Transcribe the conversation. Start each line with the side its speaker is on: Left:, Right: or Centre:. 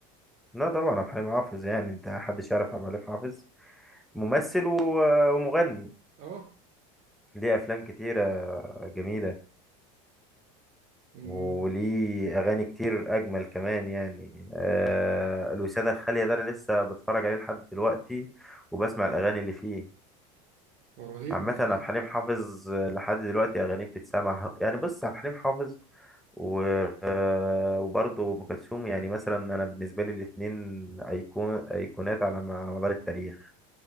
Centre: لا طبعا عبد الحليم حافظ يعني انت محدش يعرف عبد الحليم حافظ ممثل و- ومغني
Right: اه
Centre: ليه افلام كتيرة جميلة
Right: مم.
Centre: وليه اغاني كتير اجمل كمان يعني آه الوسادة الخالية ده انا لسه بتفرج عليه لحد دلوقتي وبسمع الاغاني اللي فيه
Right: رهيب
Centre: عامة
Right: بصراحة
Centre: عبد الحليم حافظ لحد دلوقتي اغانيه بتتسمع يعني بص عبد الحليم حافظ و... آه، وبرضه ام كلثوم يعني مثلا انا بالنسبه لي الاثنين ايقون ايقونات على م- على مدار التاريخ